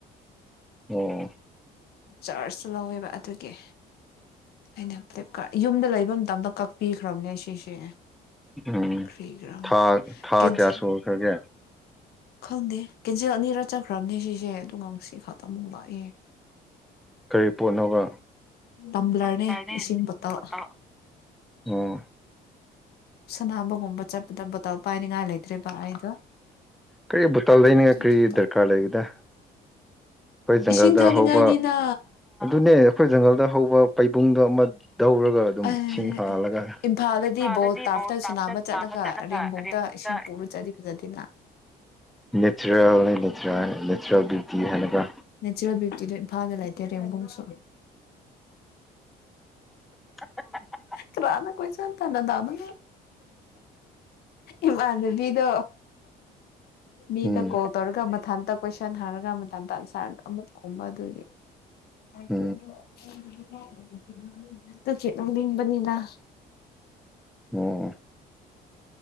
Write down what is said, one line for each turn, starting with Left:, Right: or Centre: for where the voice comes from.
Centre: ꯑꯣ
Left: ꯆꯥꯔꯖꯁꯨ ꯂꯧꯋꯦꯕ ꯑꯗꯨꯒꯤ ꯑꯩꯅ ꯐ꯭ꯂꯤꯞꯀꯥꯔꯠ ꯌꯨꯝꯗ ꯂꯩꯕ ꯃꯇꯝꯗ ꯀꯛꯄꯤꯈ꯭ꯔꯕꯅꯦ ꯑꯁꯤꯁꯦ
Centre: ꯎꯝ
Left: ꯀꯔꯤꯒꯤꯔꯥ
Centre: ꯊꯥ ꯊꯥ
Left: ꯀꯤꯟꯁ
Centre: ꯀꯌꯥ ꯁꯨꯈ꯭ꯔꯒꯦ
Left: ꯈꯪꯗꯦ ꯀꯦꯟꯁꯦꯜ ꯑꯅꯤꯔꯛ ꯆꯠꯈ꯭ꯔꯕꯅꯦ ꯁꯤꯁꯦ ꯑꯗꯨꯒ ꯉꯁꯤ ꯈꯛꯇ ꯑꯃꯨꯛ ꯂꯥꯛꯑꯦ
Centre: ꯀꯔꯤ ꯄꯣꯠꯅꯣꯕ
Left: ꯇꯝꯕ꯭ꯂꯔꯅꯦ
Centre: <unintelligible> ꯐ‌ꯣꯇ‌ꯣ
Left: ꯏꯁꯤꯡ ꯕꯣꯇꯜ
Centre: ꯑꯣ
Left: ꯁꯅꯥꯕꯒꯨꯝꯕ ꯆꯠꯄꯗ ꯕꯣꯇꯜ ꯄꯥꯏꯅꯤꯡꯉꯥꯏ ꯂꯩꯇ꯭ꯔꯦꯕ ꯑꯩꯗꯣ
Centre: ꯀꯔꯤ ꯕꯣꯇꯜ ꯂꯩꯅꯤꯡꯉꯥꯏ
Left: ꯑꯗꯨꯒꯤ
Centre: ꯀꯔꯤ
Left: ꯀꯛ
Centre: ꯗ꯭ꯔꯀꯥꯔ ꯂꯩꯒꯦꯗ ꯈꯣꯏ ꯖꯪꯒꯜꯗ
Left: ꯏꯁꯤꯡ ꯊꯛꯅꯤꯡꯉꯥꯏꯅꯤꯅ
Centre: ꯍꯧꯕ ꯑꯗꯨꯅꯦ ꯑꯩꯈꯣꯏ ꯖꯪꯒꯜꯗ ꯍꯧꯕ ꯄꯩꯕꯨꯡꯗꯣ ꯑꯃ ꯗꯧꯔꯒ ꯑꯗꯨꯝ
Left: ꯑꯩ
Centre: ꯏꯁꯤꯡ ꯍꯥꯥꯜꯂꯒ
Left: ꯏꯝꯐꯥꯜꯗꯗꯤ
Centre: <unintelligible>
Left: ꯕꯣꯜ ꯇꯥꯔꯐꯇ ꯁꯥꯟꯅꯕ
Centre: ꯅꯥꯕ ꯆꯠꯂꯒ
Left: ꯔꯦꯝꯕꯨꯡꯗ
Centre: ꯔ‌ꯦꯝꯕꯨꯛꯇ
Left: ꯏꯁꯤꯡ ꯄꯨꯔ ꯆꯠꯂꯤ ꯐꯖꯗꯦꯅ
Centre: ꯅꯦꯆꯔꯦꯜꯅ‌ꯦ ꯅꯦꯆꯔꯦꯜ ꯅꯦꯆꯔꯦꯜ ꯕ꯭ꯌꯨꯇꯤ ꯍꯥꯏꯅꯒ
Left: ꯅꯦꯆꯔꯦꯜ ꯕ꯭ꯌꯨꯇꯤꯗ‌ꯣ ꯏꯝꯐꯥꯟꯗ ꯂꯩꯥꯇꯦ ꯔꯦꯝꯕꯨꯡꯁꯨ
Centre: <unintelligible>
Left: ꯀꯔꯥꯅ ꯀꯣꯏꯆꯥꯟ <unintelligible> ꯊꯗꯅ ꯏꯃꯥꯟꯅꯕꯤꯗꯣ ꯃꯤꯗ
Centre: ꯎꯝ
Left: ꯀꯣꯜ ꯇꯧꯔꯒ ꯃꯊꯟꯇ ꯀꯣꯏꯁꯟ ꯍꯔꯒ ꯃꯊꯟꯇ ꯑꯟꯁ꯭ꯔ ꯑꯃꯨꯛ ꯈꯨꯝꯕ ꯑꯗꯨꯒꯤ
Centre: <inaudible>
Left: <unintelligible> ꯇꯨꯒꯤ ꯅ‌ꯣꯡꯅꯤꯡꯕꯅꯤꯗ
Centre: ꯑꯣ